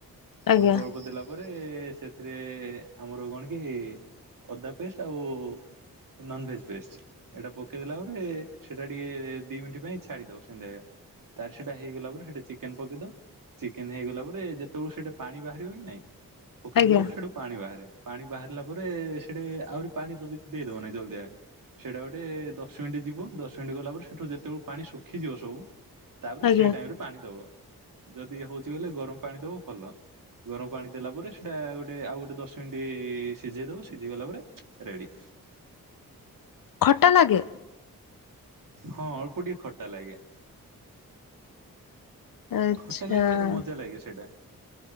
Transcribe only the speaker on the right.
ଅଳ୍ପ ଅଳ୍ପ ଦେଲା ତାପରେ ସେଥିରେ ଆମର କଣ କି ଅଦା ପେଷ୍ଟ ଆଉ ନନ୍ ଭେଜ୍ ପେଷ୍ଟ ଏଇଟା ପକେଇଦଲା ପରେ ସେଟା ଟିକେ ଦି ମିନିଟ ପାଇଁ ଛାଡି ଦବ ସେନ୍ ତାର ସେଇଟା ହେଇଗଲା ପରେ ସେଟି ଚିକେନ୍ ପକେଇ ଦବ ଚିକେନ୍ ହେଇଗଲା ପରେ ଯେତେବେଳୁ ସେଟା ପାଣି ବାହାରିବ କି ନାଇଁ, ପକେଇଦେଲା
ପରେ ସେଠୁ ପାଣି ବାହାରେ ପାଣି ବାହାରିଲା ପରେ ସେଠେ ଆହୁରି ପାଣି ତ ଦେଇଦବନାଇଁ ଜଲଦି ଯ ସେଇଟା ଗୋଟେ ଦଶ ମିନିଟ୍ ଯିବ ଦଶ ମିନିଟ୍ ଗଲା ପରେ ସେଠୁ ଯେତେବେଳଳେ ପାଣି ଶୁଖିଯିବ ସବୁ ତାପରେ
ସେଇ ଟାଇମ୍ରରେ ପାଣି ଦେବ। ଯଦି ହେଉଛି ଗଲେ ଗରମ ପାଣି ଦେବ ଭଲ ଗରମ ପାଣି ଦେଲା ପରେ ସେଇଟା ଗୋଟେ ଆଉ ଗୋଟେ ଦଶ ମିନିଟ୍ ସିଝେଇ ଦେବ ସିଝେଇଗଲା ପରେ ରେଡ଼ି।
ହଁ ଅଳ୍ପ ଟିକେ ଖଟା ଲାଗେ।
ଖଟା ଲାଗିଲେ ମଜା ଲାଗିବ ସେଇଟା,